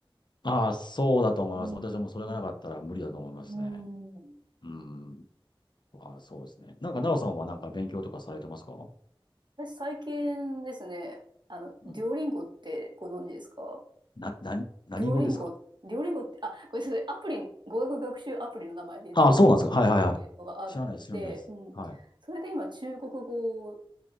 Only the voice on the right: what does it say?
う。うん、
うん。
ああ、
私最近ですね、あの、デュオリンゴってご存知ですか
デュオリンゴ、デュオリンゴって、あ、ごめんなさい、アプリ、語学学習アプリの名前でデュオリンゴっていうのがあって、
うん。
それで今中国語を